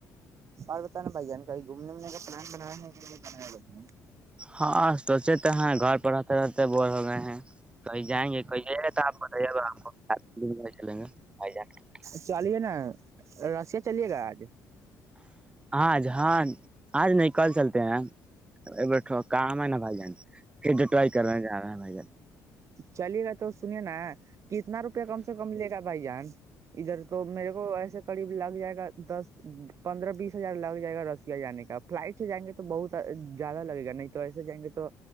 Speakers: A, on the right; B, on the right.
A: اور بت نا بھائی جان کہیں گھومنےنے کا پلان بنا بنا لتے ہیں
B: ہاں سوچے تو ہیں گھر پر رہتے رہتے بور ہو گئے ہیں کہ جائیں گے کہیں آپ بتائیے گا آپ چلیں گے ج
A: چلیے نا رسیا چلیے گا آج
B: آج ہاں آج نہیں کل چلتے ہیں ا ٹوا کاں میں ن نہ بائی جتے ہیں ک جو ٹرائی کر گ رہا ہے
A: چلے گا تو سنیے نا کتنا روپیہ کم سے کم لے گا بھائی جان ادھر کو میرے کو ایسے قریب لگ جائے گا دس پندرہ بیس ہزار لگ جائے گا رسیا جانے کا فلائٹ سے جائیں گے تو بہت زیادہ لگے گا نہیں تو ایسے جائیں گے تو